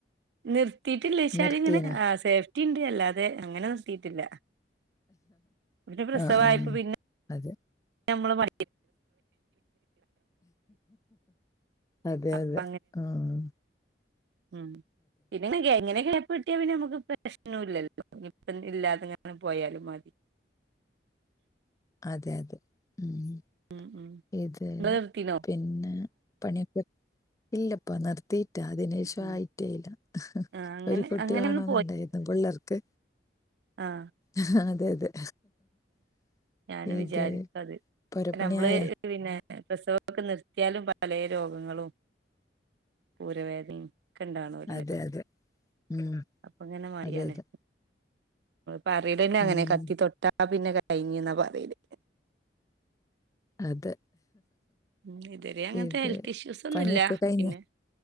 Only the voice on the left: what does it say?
നിർത്തീനാ
ആ ആ
അതെ
അതെ
അതെ ആഹ്
അതെ അതെ മ്
ഇത്
പിന്നെ പണിയിപ്പോ ഇല്ലിപ്പ നിർത്തി അഹ് അതിനേഷം
ആയിട്ടേല്ല
ഒരു കുട്ടി
വേണോന്നുണ്ടായിരുന്നു പിള്ളേർക്ക്
ആഹ് അതെ അതെ
ഇത്
പുരപ്പണിയായ
അതെ
അതെ ഉം
അതെ അതെ
ഉം
അതെ
ഇത്
പണിയൊക്കെ കഴിഞ്ഞ